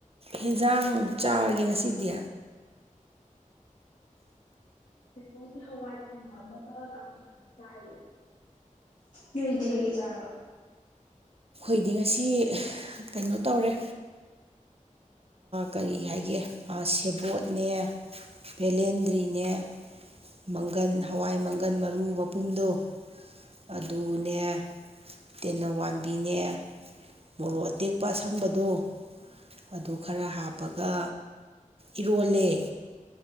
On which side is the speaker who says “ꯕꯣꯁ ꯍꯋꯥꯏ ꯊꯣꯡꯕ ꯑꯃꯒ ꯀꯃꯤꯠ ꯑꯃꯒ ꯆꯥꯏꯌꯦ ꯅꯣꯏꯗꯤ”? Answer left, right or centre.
Left